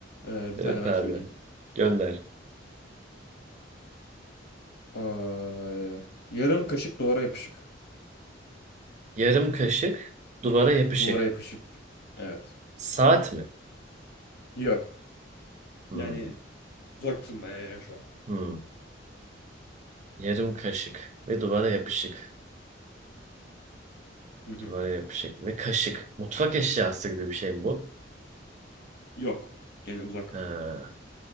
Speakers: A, on the left; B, on the right.
A: Ee, bir
B: Evet
A: tane ben
B: abi.
A: söyleyeyim.
B: Gönder.
A: Aa, yarım kaşık duvara yapışık.
B: Yarım kaşık duvara yapışık.
A: Duvara yapışık. Evet.
B: Saat mi?
A: Yok.
B: Hmm.
A: Yani uzaksın bayağı ya şu an.
B: Hmm. Yarım kaşık ve duvara yapışık.
A: Hı hı.
B: Duvara yapışık ve kaşık. Mutfak eşyası gibi bir şey mi bu?
A: Yok. Yani uzak.
B: Ha.